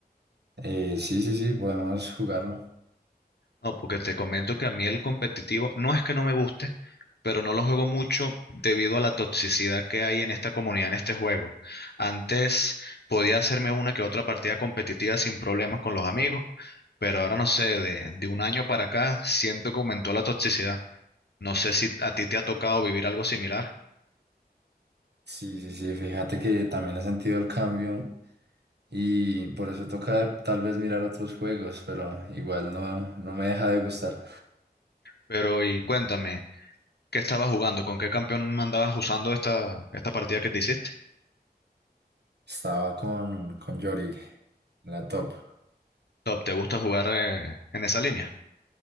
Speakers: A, on the right; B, on the left.
A: Eh, sí, sí, sí, podemos jugarlo.
B: No, porque te comento que a mí el competitivo no es que no me guste, pero no lo juego mucho debido a la toxicidad que hay en esta comunidad, en este juego. Antes podía hacerme una que otra partida competitiva sin problemas con los amigos, pero ahora no sé, de, de un año para acá siento que aumentó la toxicidad. No sé si a ti te ha tocado vivir algo similar,
A: Sí, sí, sí, fíjate que también he sentido el cambio y por eso toca tal vez mirar otros juegos, pero igual no, no me deja de gustar.
B: pero y cuéntame, ¿qué estabas jugando? ¿Con qué campeón andabas usando esta, esta partida que te hiciste?
A: Estaba con, con Yorick, en la top.
B: Top, ¿te gusta jugar eh, en esa línea?